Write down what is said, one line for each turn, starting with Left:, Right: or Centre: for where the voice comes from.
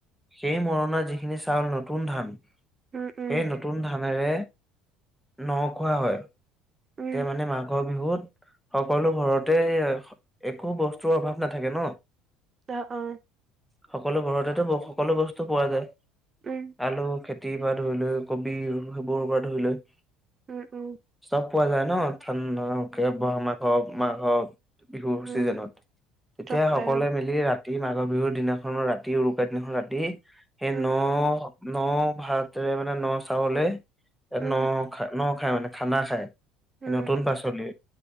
Centre: সেই মৰণা যিখিনি চাউল নতুন ধান,
Right: উম, উম,
Centre: সেই নতুন নতুন ধানেৰে ন খোৱা হয়।
Right: উম,
Centre: তেতিয়া মানে মাঘৰ বিহুত সকলো ঘৰতে একো বস্তুৰ অভাৱ নাথাকে ন,
Right: অ অ
Centre: সকলো ঘৰতেতো ব সকলো বস্তু পোৱা যায়,
Right: উম,
Centre: আলু খেতি পৰা ধৰি লৈ কবি সেইবোৰৰ পৰা ধৰি লৈ
Right: উম উম।
Centre: চব পোৱা যায় ন, ঠাণ্ড ব মা হক মাঘ হক বিহুৰ
Right: উম,
Centre: চিজনত। তেতিয়া
Right: চব পায়
Centre: সকলোৱে
Right: অ',
Centre: মিলি ৰাতি ৰাতি মাঘৰ বিহুৰ দিনাখন ৰাতি উৰুকা দিনাখন ৰাতি সেই
Right: উম,
Centre: ন ন ভাতৰে মানে ন চাউলে
Right: উম,
Centre: ন খা ন খায় মানে খানা খায়।
Right: উম,
Centre: নতুন পাচলি।